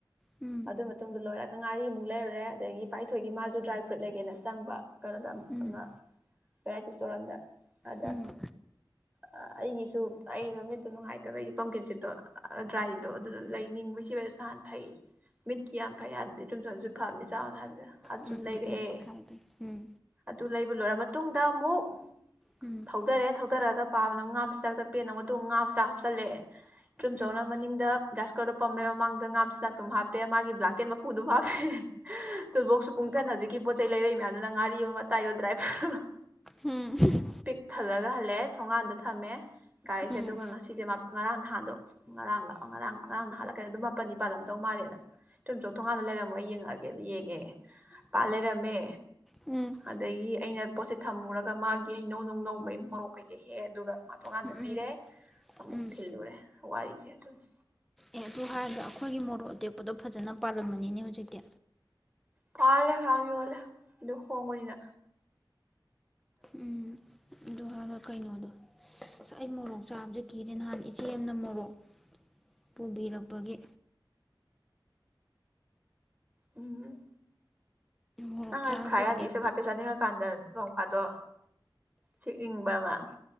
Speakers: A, in the centre; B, on the right (about 20°).
A: ꯎꯝ
B: ꯑꯗꯨ ꯃꯇꯨꯡꯗ ꯂꯣꯏꯔꯦ꯫ ꯀꯉꯥꯔꯤꯃꯨꯛ ꯂꯩꯔꯨꯔꯦ ꯑꯗꯒꯤ ꯄꯥꯏꯊꯣꯛꯏꯒꯤ ꯃꯥꯁꯨ ꯗ꯭ꯔꯥꯏ ꯐ꯭ꯔꯨꯠ ꯂꯩꯒꯦꯅ ꯆꯪꯕ ꯀꯩꯅꫭꯗ ꯑꯝ
A: ꯎꯝ
B: ꯑꯃ ꯚꯦꯔꯥꯏꯇꯤ ꯁꯇꯣꯔ ꯑꯝꯗ ꯑꯗ
A: ꯎꯝ
B: ꯑ ꯑꯩꯒꯤꯁꯨ ꯑꯩꯗꯨ ꯃꯤꯠꯇꯨ ꯅꯨꯡꯉꯥꯏꯇꯕꯩ ꯄꯝꯀꯤꯟ ꯁꯤꯠꯇꯣ ꯑ ꯗ꯭ꯔꯥꯏꯗꯣ ꯑꯗꯨꯗꫭ ꯂꯩ ꯅꯤꯡꯕꯩ ꯁꯤꯕꯁꯨ ꯍꯥꯟ ꯊꯩꯌꯦ ꯃꯤꯠꯀꯤ ꯌꯥꯝ ꯐꯩ ꯍꯥꯏꯕꯗꯤ ꯊꯨꯝꯖꯥꯖꯨ ꯐꯕꯅꯤ ꯆꯥꯎꯅ ꯍꯥꯏꯕꯗ ꯑꯗ
A: ꯎꯝ ꯎꯝ
B: ꯁꯨꯝ ꯂꯩꯔꯛꯑꯦ
A: ꯎꯝ ꯎꯝ ꯍꯥꯏꯕꯅꯤ
B: ꯑꯗꯨ ꯂꯩ ꯂꯣꯏꯔ ꯃꯇꯨꯡꯗ ꯑꯃꯨꯛ
A: ꯎꯝ
B: ꯊꯧꯗꯔꯦ ꯊꯧꯗꯔꯒ ꯄꯥꯕꯅ ꯑꯃꯨꯛ ꯉꯥ ꯃꯆꯥꯛ ꯇꯞꯄꯛꯑꯦꯅ ꯑꯗꯨꯃꯨꯛ ꯉꯥ ꯃꯆꯥ ꯆꯠꯂꯛꯑꯦ ꯇ꯭ꯔꯨꯝ
A: ꯎꯝ
B: ꯆꯧꯅ ꯃꯅꯤꯡꯗ ꯔꯥꯏꯁ ꯀꯨꯀꯔꯗ ꯄꯝꯃꯦ ꯃꯃꯥꯡ ꯗ ꯉꯥ ꯃꯁꯤꯟꯅ ꯇꯨꯝ ꯍꯥꯞꯄꯦ ꯃꯥꯒꯤ ꯕꯂꯥ ꯀꯩꯅ ꯃꯀꯨꯗꯨꯝ ꯍꯥꯞꯄ ꯍꯦ ꯍ ꯇꯨꯜꯕꫭꯛꯁꯁꯨ ꯄꯨꯡꯊꯟ ꯍꯧꯖꯤꯛꯀꯤ ꯄꯣ ꯆꯩ ꯂꯩꯔꯛ ꯎ ꯃꯌꯥꯝꯗꯨꯅ ꯉꯥꯔꯤꯌꯣ ꯉꯥꯛꯇꯥꯏꯌꯣ ꯗ꯭ꯔꯥꯏ ꯐ꯭ꯔꯨꯠ ꯑꫭ
A: ꯎꯝ <unintelligible>
B: ꯄꯤꯛ ꯊꯜꯂꯒ ꯍꯜꯂꯛꯑꯦ ꯊꯣꯡꯉꯥꯟꯗ ꯊꯝꯃꯦ ꯒꯥꯔꯤꯁꯦ
A: ꯎꯝ
B: ꯑꯗꯨꯒ ꯉꯁꯤꯁꯦ ꯃ ꯉꯔꯥꯡ ꯅꯍꯥꯟꯗꯣ ꯉꯔꯥꯡꯂꯥ ꯑꯣ ꯉꯔꯥꯡ ꯉꯔꯥꯡ ꯅꯍꯥꯟꯂꯥ ꯀꯩꯅꫭ ꯑꯗꯨ ꯃꯥꯄꯟꯅꯤ ꯄꯜꯂꯝ ꯗꯧ ꯃꯥꯜꯂꯦꯅ ꯊꯨꯝꯆꯣꯛ ꯊꯣꯡꯉꯥꯟꯅ ꯂꯩꯔꯝꯃꫭ ꯑꯩ ꯌꯦꯡꯉꯛ ꯀꯦꯅ ꯌꯦꯡꯉꯦ ꯄꯥꯜ ꯂꯩꯔꯝꯃꯦ
A: ꯎꯝ ꯎꯝ
B: ꯑꯗꯒꯤ ꯑꯩꯅ ꯄꯣꯠꯁꯦ ꯊꯝꯃꯨꯔꯒ ꯃꯥꯒꯤ ꯍꯩꯅꯧ ꯅꯨꯡꯅꯧ ꯃꯩ ꯃꯣꯔꯣꯛ ꯀꯩꯀꯩ ꯍꯦꯛꯑꯦ ꯑꯗꯨꯒ ꯃꯥ ꯊꫭꯡꯒꯥꯟꯗ
A: ꯎꯝ
B: ꯄꯤꯔꯦ ꯑꯃꯨꯛ
A: ꯎꯝ
B: ꯊꯤꯜꯂꯨꯔꯦ ꯋꯥꯔꯤꯁꯦ ꯑꯗꯨꯅꯤ
A: ꯑꯦ ꯑꯗꯨ ꯍꯥꯏꯔꯒ ꯑꯈꯣꯏꯒꯤ ꯃꯣꯔꯣꯛ ꯑꯇꯦꯛꯄꯗꯣ ꯐꯖꯅ ꯄꯥꯜꯂꯝꯃꯅꯤꯅꯦ ꯍꯧꯖꯤꯛꯇꯤ
B: ꯄꯥꯜꯂꯦ ꯐꯌꯥꯝ ꯌꫭꯜꯂꯦ ꯗꯨ ꯍꫭꯡꯕꯅꯤꯅ
A: ꯎꯝ ꯑꯗꯨ ꯍꯥꯒ ꯀꯩꯅꯣꯗꯣ ꯁ ꯑꯩ ꯃꯣꯔꯣꯡꯇꫭ ꯆꯥꯕꯁꯦ ꯀꯤꯔꯦ ꯅꯍꯥꯟ ꯏꯆꯦꯅ ꯃꯣꯔꯣꯛ ꯄꯨꯕꯤꯔꯛꯄꯒꯤ
B: ꯎꯝ
A: ꯃꯣꯔꯣꯛ
B: ꯅ ꯍꯥ
A: ꯆꯥꯕꯗꯒꯤ
B: ꯊꯥ ꯌꯗꯦꯄꯩꯁꯥ
A: ꯑꯩ
B: ꯆꯪꯉꯛꯀꯥꯟꯗ <unintelligible> ꯑꯗꯣ ꯍꯤꯛꯅꯤꯡꯕ ꯑꯃ